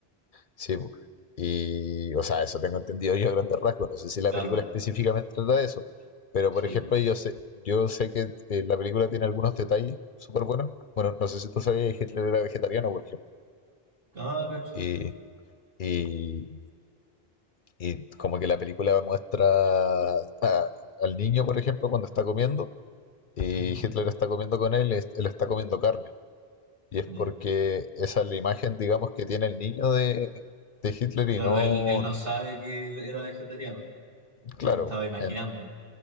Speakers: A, on the left; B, on the right.
A: Sí, po. y o sea, eso tengo entendido yo a grandes rasgos. No sé si la
B: Claro,
A: película específicamente trata de eso, pero
B: sí.
A: por ejemplo, yo sé, yo sé que eh, la película tiene algunos detalles súper buenos. Bueno, no sé si tú sabías que Hitler era vegetariano, por ejemplo,
B: Ah, gacho.
A: y, y, y como que la película muestra a- al niño, por ejemplo, cuando está comiendo y
B: Ujú,
A: Hitler está comiendo con él, es- él está comiendo carne. Y es
B: ya.
A: porque esa es la imagen, digamos, que tiene el niño de, de Hitler
B: Claro,
A: y no,
B: él, él no sabe que era vegetariano.
A: claro,
B: Yo Estaba imaginando.
A: en